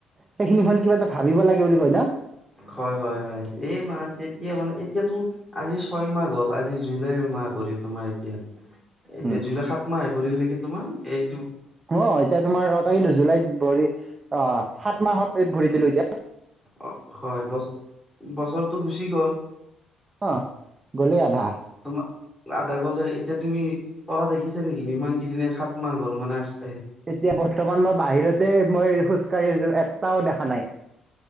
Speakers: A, on the right; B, in the centre.
A: সেইখিনিখন কিবা এটা ভাবিব লাগে বুলি কয় ন।
B: হয় হয় হয় এই মানে। এয়া মানে এতিয়াতো আজি ছয় মাহ হ'ল আজি জুলাই মাহ। পৰিল তোমাৰ এতিয়া এতিয়া
A: উম
B: জুলাই সাত মাহ আহে পৰিল নেকি তোমাৰ এই।
A: অ এতিয়া তোমাৰ ৰটা কিন্তু জুলাইত ভৰি আহ সাত মাহত ভৰি দিলো এতিয়া।
B: অ হয় বছ বছৰটো গুচি গ'ল।
A: অ গলেই আধা।
B: তোমাৰ আধা গলে এতিয়া তুমি তৰা দেখিছা নেকি ইমান কেইদনে সাত মাহ গ'ল মানে আছে।
A: এতিয়া বৰ্তমান মই বাহিৰতে মই খোজ কঢ়ি আছো এটাও দেখা নাই।